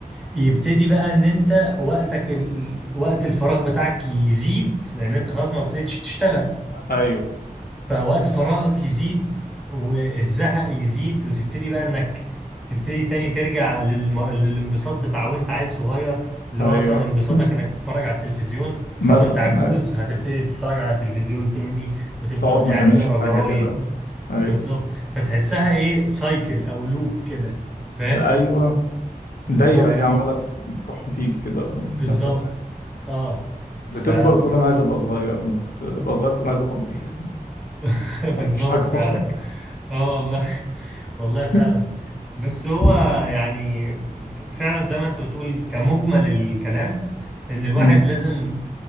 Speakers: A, in the centre; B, on the left.
A: يبتدي بقى ان انت وقتك ال... وقت الفراغ بتاعك يزيد لان انت خلاص ما بقتش تشتغل
B: ايوه
A: فوقت فراغك يزيد والزهق يزيد وتبتدي بقى انك تبتدي تاني ترجع للم... للانبساط بتاع وانت عيل صغير اللي
B: ايوه
A: هو مثلا انبساطك
B: <laughs>
A: انك تتفرج على التلفزيون فوانت
B: مثلا
A: عجوز
B: أيوة.
A: هتبتدي تتفرج على تلفزيون تاني وتفضل
B: تقعد
A: قاعد
B: ما تعملش
A: تقرا جرايد
B: حاجة كده ايوه
A: بالظبط فتحسها ايه سايكل او لوب كده فاهم
B: ايوه
A: بالظبط
B: دايرة هي عمالة تروح وتيجي كده
A: بالظبط
B: نفس الحاجة
A: اه
B: بتكبر
A: ف
B: تقول انا عايز ابقى صغير بتبقى صغير تقول عايز ابقى كبير
A: <laughs> بالظبط
B: <laughs> مش حاجة
A: فعلا
B: في حاجة
A: اه والله <laughs> والله فعلا
B: <laughs>
A: بس هو
B: آه.
A: يعني فعلا زي ما انت بتقول كمجمل الكلام ان الواحد
B: مم.
A: لازم